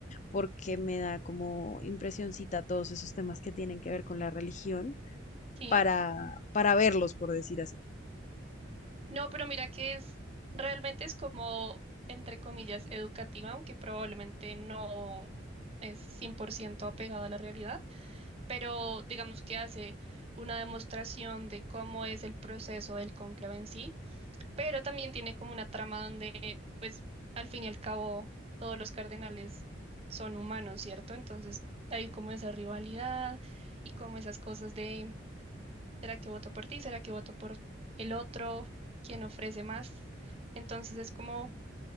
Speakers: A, on the left; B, on the right.
A: porque me da como impresioncita todos esos temas que tienen que ver con la religión.
B: Sí.
A: para, para verlos, por decir así.
B: No, pero mira que es, realmente es como, entre comillas, educativa, aunque probablemente no es 100% apegada a la realidad, pero digamos que hace una demostración de cómo es el proceso del cónclave en sí pero también tiene como una trama donde, pues, al fin y al cabo, todos los cardenales son humanos, ¿cierto? Entonces hay como esa rivalidad y como esas cosas de, ¿será que voto por ti? ¿Será que voto por el otro? ¿Quién ofrece más? Entonces es como